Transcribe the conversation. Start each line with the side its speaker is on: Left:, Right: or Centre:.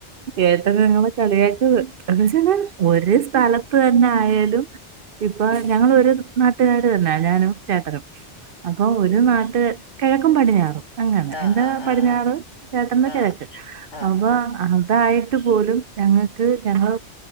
Right: ഏട്ടൻ ഞങ്ങളെ കളിയാക്കിയത് എന്ത് വച്ചാ എന്നാ ഒരു സ്ഥലത്ത് തന്നെ ആയാലും ഇപ്പൊ ഞങ്ങ ൾഒരു നാട്ടുകാര് തന്നാ ഞാനും ചേട്ടനും അപ്പൊ ഒരു നാട്ട് കിഴക്കും പടിഞ്ഞാറും അങ്ങന്നെ
Left: ആഹ്
Right: എന്റെ
Left: ആഹ് ആഹ്
Right: പടിഞ്ഞാറ് ചേട്ടന്റെ
Left: ആഹ്
Right: കിഴക്ക്
Left: ആഹ്
Right: അപ്പൊ അതായിട്ട് പോലും ഞങ്ങൾക്ക് ഞങ്ങള്